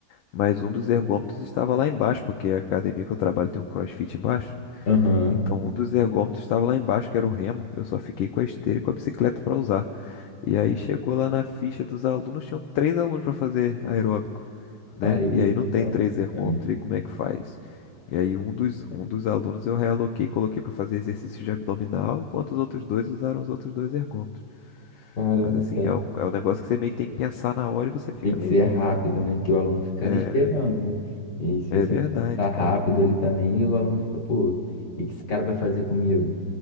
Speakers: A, on the left; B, on the left.
A: Mas um dos ergômetros estava lá embaixo, porque a academia que eu trabalho tem um CrossFit embaixo.
B: Aham.
A: Então, um dos ergômetros estava lá embaixo, que era o remo. Eu só fiquei com a esteira e com a bicicleta para usar. E aí chegou lá na ficha dos alunos, tinham três alunos para fazer aeróbico, né?
B: Aí limita
A: E aí não tem três
B: muito
A: ergômetros,
B: pra mim.
A: e como é que faz? E aí um dos, um dos alunos eu realoquei, coloquei para fazer exercício de abdominal, enquanto os outros dois usaram os outros dois ergômetros.
B: Caramba,
A: Mas assim,
B: cara.
A: é, um- é um negócio que você meio que tem que pensar na hora e você fica
B: Tem que
A: meio,
B: ser rápido,
A: meio...
B: né? Que o aluno fica ali
A: É
B: esperando, né? E se
A: é
B: você
A: verdade,
B: não pensar rápido
A: cara.
B: ali também, o aluno fica, pô, o que que esse cara vai fazer comigo?